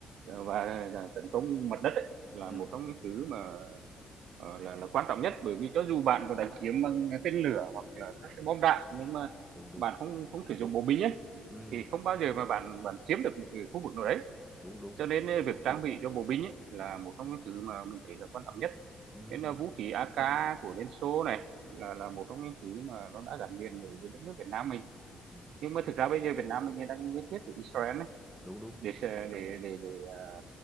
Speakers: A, on the right; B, in the centre.
A: và tấn công mặt đất ấy, là
B: ừ,
A: một trong những thứ mà ờ, là là quan trọng nhất bởi vì cho dù bạn có đánh chiếm bằng tên lửa hoặc là các cái bom đạn nhưng mà
B: đúng đúng.
A: bạn không không sử dụng bộ binh ấy
B: ừ
A: thì không bao giờ mà bạn bạn chiếm được một cái khu vực nào đấy
B: đúng đúng
A: cho nên ấy, việc trang bị cho bộ binh ấy, là một trong những thứ mà mình thấy là quan trọng nhất
B: ừ
A: nên là vũ khí AK của Liên Xô này là là một trong những thứ mà nó đã gắn liền với với đất nước Việt Nam mình
B: ừ,
A: nhưng mà thực ra bây giờ Việt Nam mình đang liên kết với Israel ấy,
B: đúng đúng
A: để sẽ- để để để à,